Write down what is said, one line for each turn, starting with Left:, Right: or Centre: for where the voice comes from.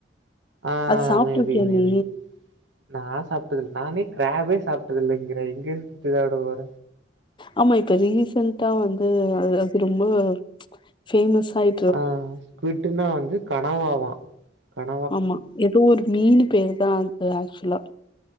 Right: ஆ
Left: அது சாப்ட்ருக்கியா
Right: மே பி மே
Left: நீ
Right: பி நா சாப்ட்டதுல்ல நானே கிராப்பே சாப்ட்டதில்லங்கிற எங்க இத சாப்ட போற
Left: ஆமா இப்ப ரீசண்டா வந்து அது அது ரொம்ப ஃபேமஸ் ஆயி
Right: ஆ ஸ்குவிட்னா வந்து கனவாவா கன
Left: ஆமா ஏதோ ஒரு மீனு பேருதா அது ஆக்ஸ்சுவலா